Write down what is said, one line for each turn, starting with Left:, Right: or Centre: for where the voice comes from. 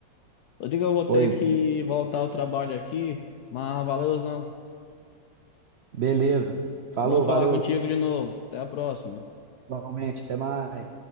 Left: Eu digo, eu vou ter
Right: Pois,
Left: que voltar ao trabalho aqui, mas valeu, valeuzão.
Right: beleza. Falou,
Left: Bom falar
Right: valeu,
Left: contigo de novo. Até a próxima.
Right: igualmente, até mais.